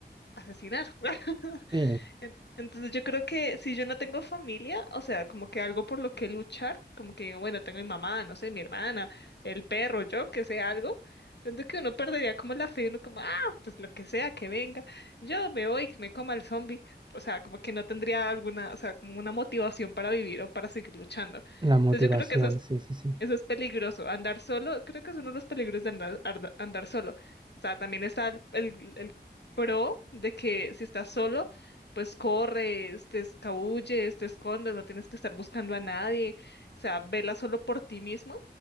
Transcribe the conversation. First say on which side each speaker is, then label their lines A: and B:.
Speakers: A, on the left (about 75°); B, on the right (about 25°).
A: asesinar. <laughs>
B: Sí,
A: En- Entonces yo creo que si yo no tengo familia, o sea, como que algo por lo que luchar, como que digo, bueno, tengo mi mamá, no sé, mi hermana, el perro, yo, que sea algo, siento que uno perdería como la fe, uno como, ah, pues lo que sea, que venga, yo me voy, que me coma el zombie, o sea, como que no tendría alguna, o sea, como una motivación para vivir o para seguir luchando.
B: la motivación,
A: Entonces yo creo que eso es
B: sí, sí, sí.
A: eso es peligroso. Andar solo, creo que es uno de los peligros de andar, arda- andar solo. O sea, también está el, el, el pro de que si estás solo, pues corres, te escabulles, te escondes, no tienes que estar buscando a nadie. O sea, vela solo por ti mismo.